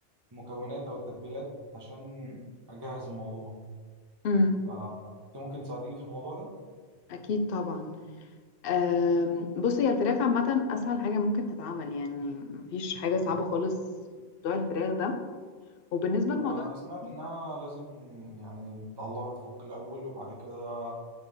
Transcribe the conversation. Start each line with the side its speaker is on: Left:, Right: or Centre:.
Right: المكونات او التتبيلات عشان اجهز الموضوع
Left: امم
Right: فانت ممكن تساعديني في الموضوع ده
Left: اكيد طبعا أم، بص هي الفراخ عامه اسهل حاجه ممكن تتعمل يعني مفيش حاجه صعبه خالص في موضوع الفراخ ده وبالنسبه
Right: هو
Left: لموضوع
Right: انا سمعت
Left: التتبيله
Right: انها لازم يعني تطلعها تفك الاول وبعد كده